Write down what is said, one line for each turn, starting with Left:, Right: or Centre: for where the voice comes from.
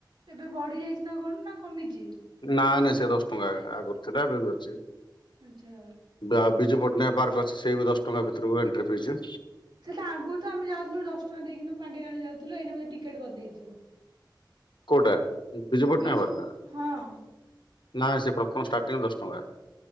Right: ଏବେ ବଢି ଯାଇଛି ନା କଣ ନା କମିଚି।
Left: ନା ନାଇଁ ସେ ଦଶ ଟଙ୍କା ଆଗରୁ ଥିଲା, ଏବେ ବି ଅଛି
Right: ଆଚ୍ଛା।
Left: ଆଉ ବିଜୁ ପଟ <unintelligible> ପାର୍କ ଅଛି ସେଇ ବି ଦଶ ଟଙ୍କା ଭିତରକୁ ଏଣ୍ଟ୍ରି ଫିସ।
Right: ସେଟା ଆଗରୁ ତ ଆମେ ଯାଉଥିଲୁ ଦଶ ଟଙ୍କା ଦେଇକି ମାଗି ମାଗି ଯାଉଥିଲୁ ଏଇନା ବୋଧେ ଟିକେଟ୍ କରିଦେଇଛି।
Left: କଉଟା ବିଜୁପଟ୍ଟନାୟକ
Right: ବିଜୁ
Left: ପାର୍କ ଟା
Right: ହଁ
Left: ନା ସେ ପ୍ରଥମ ଷ୍ଟାର୍ଟିଂରୁ ଦଶ ଟଙ୍କା।